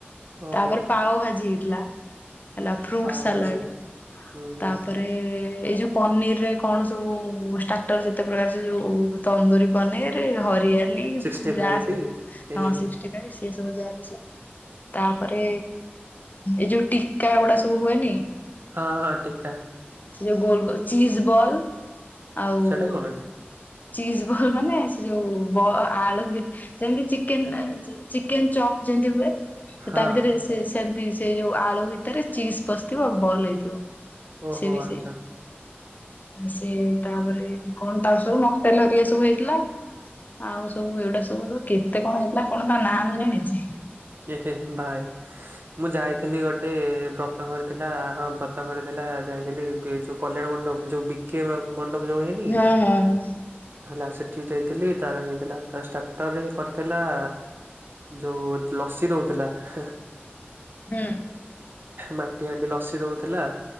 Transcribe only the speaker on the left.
ତାପରେ ପାଓ ଭାଜି ହେଇଥିଲା ହେଲା ଫ୍ରୁଟ୍
ସାଲାଡ୍।
ତାପରେ ଏଇ ଯଉ ପନିର୍ ରେ କଣ ସବୁ ଷ୍ଟାର୍ଟର ରେ କେତେ ପ୍ରକାର ସେ ଯଉ ତନ୍ଦୁରୀ ପନିର୍ ରେ ହରିଆଲି ଯାହା
ସବୁ
ହଁ ସିକ୍ସ୍ଟି <unintelligible> ତାପରେ ଏଇ ଯଉ ଟିକା ଗୁଡା ସବୁ ହୁଏନି?
ସେ ଯୋଉ ଗୋଲ ଗୋଲ ଚିଜ ବଲ ଆଉ
ଚିଜ୍ ବଲ ମାନେ ସେ ଯୋଉ ବ ଆଳୁ ଭି ସେମିତି ଚିକେନ ଚିକେନ ଚପ୍ ଯେମତି ହୁଏ। ସେ
ତା ଭିତରେ ସେ ସେମତି ସେଇ ଯୋଉ ଆଳୁ ଭିତରେ ଚିଜ୍ ପଶିଥିବ ଆଉ ବଲ ହେଇଥିବ।
ସେ ବି
ସେଇ ସେ ତା ପରେ କଣ ତା ସବୁ ମକଟେଲ ହେରିକା ସବୁ ହେଇଥିଲା। ଆଉ ସବୁ ଏଗୁଡ଼ା ସବୁ କେତେ କଣ ହେଇଥିଲା। କଣ ତା ନାଁ ମୁଁ ଜାଣିଛି
ହଁ ହଁ ହଁ।
ହୁଁ।